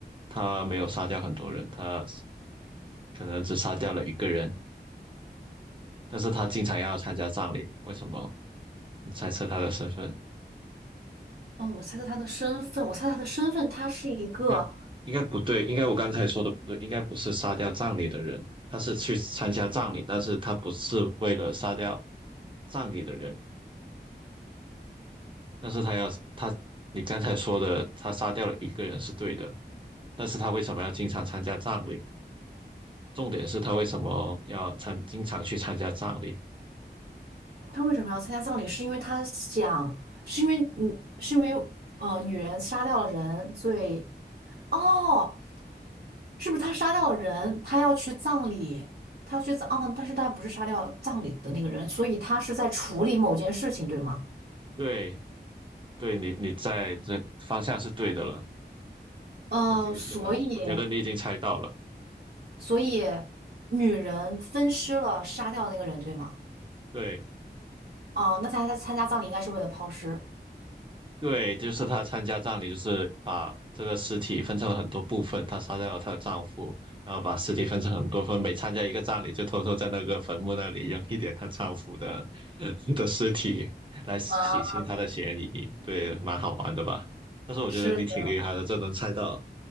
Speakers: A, on the right; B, on the right.
A: 他没有杀掉很多人，他可能只杀掉了一个人，但是他经常要参加葬礼，为什么？你猜测他的身份？
B: 嗯，我猜测他的身份，我猜测他的身份，他是一个，
A: 应该应该不对，应该我刚才说的不对，应该不是杀掉葬礼的人，他是去参加葬礼，但是他不是为了杀掉葬礼的人，但是他要他，你刚才说的他杀掉了一个人是对的，但是他为什么要经常参加葬礼？重点是他为什么要参，经常去参加葬礼？
B: 他为什么要参加葬礼？是因为他想，是因为嗯，是因为呃，女人杀掉了人，所以哦，是不是他杀掉了人？他要去葬礼，他要去葬，嗯，但是他不是杀掉葬礼的那个人，所以他是在处理某件事情，对吗？
A: 对，对你，你在这方向是对的了，
B: 嗯，
A: 很接近了。
B: 所以
A: 我觉得你已经猜到了。
B: 所以女人分尸了，杀掉那个人，对吗？
A: 对
B: 哦，那他他参加葬礼应该是为了抛尸。
A: 对，就是她参加葬礼，就是把这个尸体分成了很多部分。她杀掉了她的丈夫，然后把尸体分成很多份，每参加一个葬礼，就偷偷在那个坟墓那里扔一点她丈夫的 <laughs> 的尸体，来洗清她的嫌疑。
B: 啊，
A: 对，蛮好玩的吧？但是我觉得你挺厉害的，
B: 是的，
A: 这能猜到